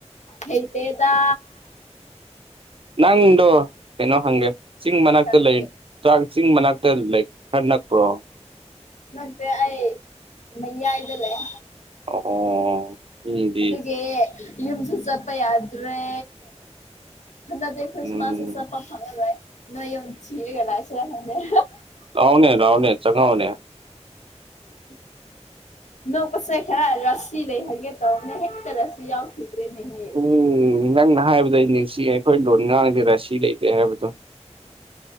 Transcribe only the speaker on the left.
ꯍꯩꯇ‌ꯦꯗ
ꯀꯔꯤ
ꯅꯛꯇꯦ ꯑꯩ ꯃꯩꯌꯥꯏꯗ ꯂꯩ
ꯑꯗꯨꯒꯤ ꯌꯨꯝꯁꯨ ꯆꯠꯄ ꯌꯥꯗ꯭ꯔꯦ ꯍꯟꯗꯛꯇꯤ ꯈ꯭ꯔꯤꯁꯃꯥꯁꯁꯨ
ꯆꯠꯄ ꯐꯪꯉꯔ‌ꯣꯏ ꯅꯣꯏ ꯊꯤꯔꯒ ꯂꯥꯛꯁꯤꯔꯥ ꯈꯪꯗ‌ꯦ
<inaudible> ꯅ‌ꯣꯛꯄꯁꯦ ꯈꯔ ꯔꯥꯁꯤ ꯂꯩꯍꯟꯒꯦ ꯇꯧꯕꯅꯦ ꯍꯦꯛꯇ ꯔꯥꯁꯤ ꯌꯥꯎꯈꯤꯗ꯭ꯔꯦꯅꯦꯍꯦ